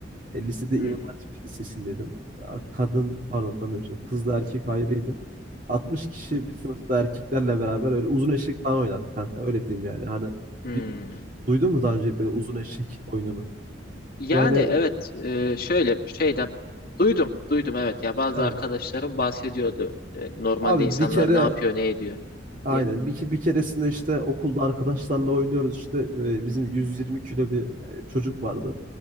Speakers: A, on the right; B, on the left.
A: e, lisede
B: Hmm.
A: İmam Hatip Lisesi'ndeydim. Ya, kadın pardon kadın demiştim kızla erkek ayrıydı. 60 kişi
B: <laughs>
A: bir sınıfta erkeklerle beraber öyle uzun eşek falan oynardık kanka öyle diyeyim yani. Hani
B: Hmm.
A: bir, duydun mu daha önce böyle uzun eşek oyununu?
B: Yani
A: Yani
B: evet e, şöyle bir şeyden duydum duydum evet ya bazı
A: evet
B: arkadaşlarım bahsediyordu E, normalde
A: abi
B: insanlar
A: bir kere
B: ne yapıyor ne ediyor
A: Aynen.
B: diye.
A: Bir, ke- bir keresinde işte okulda arkadaşlarla oynuyoruz işte. e, Bizim 120 kilo bir e, çocuk vardı.